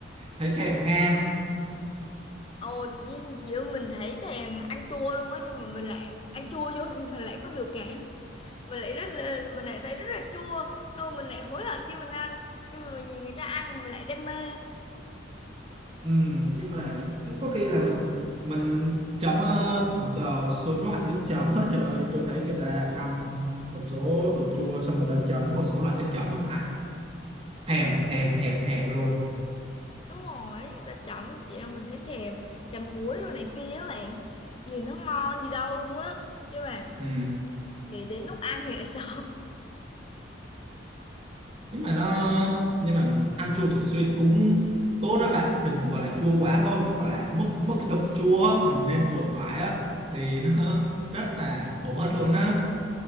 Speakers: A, on the right (about 30°); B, on the left (about 30°).
A: thấy thèm ngang
B: ồ tự nhiên kiểu mình thấy thèm ăn chua luôn á nhưng mà mình lại ăn chua vô thì mình lại có biểu cảm mình lại rất là mình lại thấy rất là chua không mình lại hối hận khi mình ăn nhưng mà mình nhìn người ta ăn mình lại đam mê
A: Ừ, nhưng mà cũng có khi là mình mình chấm ờ, một ờ, số loại nước chấm á trời ơi tôi thấy người ta ăn một số đồ chua xong người ta chấm một số loại nước chấm á, ăn thèm thèm thèm thèm luôn
B: đúng rồi người ta chấm chị em mình thấy thèm chấm muối đồ này kia á bạn nhìn nó ngon gì đâu luôn á nhưng mà
A: ừ.
B: nghĩ đến lúc ăn thì lại <laughs> sợ
A: nhưng mà nó nhưng mà mình ăn chua thường xuyên cũng tốt đó bạn đừng gọi là chua quá thôi gọi là mức mức độ chua á, mình nên vừa phải á thì nó <laughs> rất là bổ ích luôn á